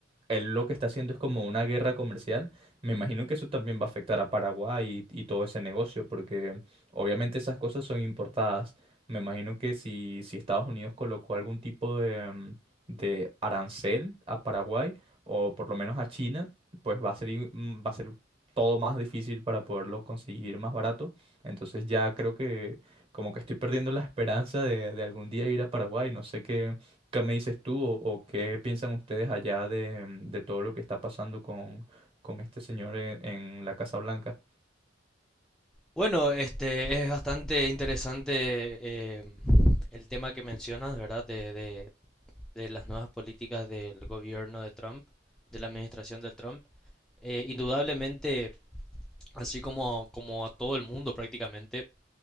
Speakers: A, on the right; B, in the centre.
A: él lo que está haciendo es como una guerra comercial. Me imagino que eso también va a afectar a Paraguay y, y todo ese negocio, porque obviamente esas cosas son importadas. Me imagino que si, si Estados Unidos colocó algún tipo de, mm, de arancel a Paraguay, o por lo menos a China, pues va a ser, i- mm, va a ser todo más difícil para poderlo conseguir más barato. Entonces ya creo que como que estoy perdiendo la esperanza de, de algún día ir a Paraguay. No sé qué, ¿Qué me dices tú o, o qué piensan ustedes allá de, de todo lo que está pasando con, con este señor en, en la Casa Blanca?
B: Bueno, este es bastante interesante eh, el tema que mencionas, ¿verdad? De, de, de las nuevas políticas del gobierno de Trump, de la administración de Trump. Eh, indudablemente, así como, como a todo el mundo prácticamente,